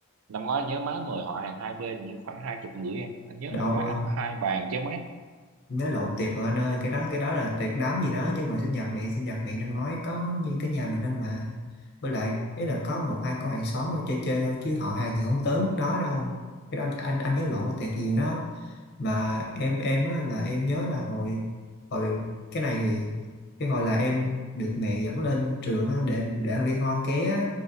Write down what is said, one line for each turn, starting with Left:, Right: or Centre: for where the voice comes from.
Right: năm ngoái anh nhớ má mời họ hàng hai bên như khoảng hai chục người em anh nhớ
Left: đâu
Right: năm ngoái ăn có hai bàn chứ mấy
Left: nói lộn tiệc rồi anh ơi cái đó cái đó là tiệc đám gì đó chứ mà sinh nhật mẹ sinh nhật mẹ năm ngoái có như cái nhà mình đâu mà với lại ý là có một hai cô hàng xóm ở chơi chơi thôi chứ họ hàng thì không tới mức đó đâu cái đó anh anh, anh nhớ lộn là tiệc gì rồi đó mà em em á là em nhớ là hồi hồi cái này thì cái hồi là em được mẹ dẫn lên trường á để để ăn liên hoan ké á